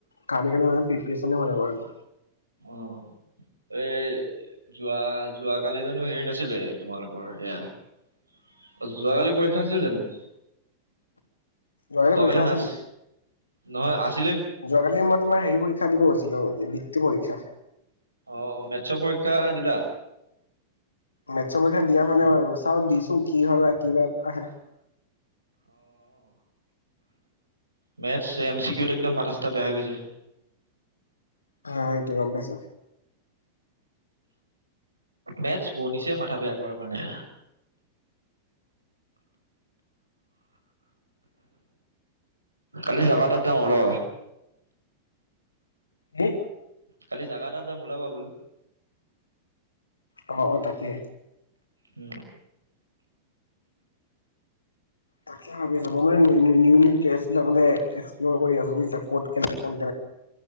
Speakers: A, on the left; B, on the right.
A: কালি <unintelligible> হয় <inaudible>
B: অ, এ যোৱা যোৱ কালি জানো হেৰি নাছিলে তোমালোকৰ এয়া যোৱাকালি পৰীক্ষা আছিল জানো?
A: যোৱালী
B: যোৱাকালি
A: পৰীক্ষা
B: নাচ
A: আছেতো।
B: নহয় আছে <inaudible>
A: যোৱাকালি সময়ত তোমাৰ হেৰি পৰীক্ষা দিব গৈছিলো, বৃত্তি পৰীক্ষা।
B: অ', মেটছৰ পৰীক্ষা দিলা?
A: মেটছৰ পৰীক্ষা দিয়া হোৱা নাই বাৰু, চাও দিছো কি হয় বা কিবা আহে।
B: মেটছ এম চি কিউত একদম মাথা চাথা বেয়া হৈ গৈছে।
A: <unintelligible> হয়টো গম পাইছ?
B: মেটছ বনিছে, মাথা বেয়া কৰাৰ কাৰণে। কালি জাগা এটাত যাওঁ ওলাবা।
A: হে।
B: কালি জাগা এটাত যাম ওলাবা বোলো।
A: অহ অ', তাকে।
B: উ।
A: তাকে ভাবি আছো মই। মই মানে নিউ নিউ প্লেচ বিলাক মানে এক্সপ্লৰ কৰি আহো বুইছা, ক'ত কেনেকে ক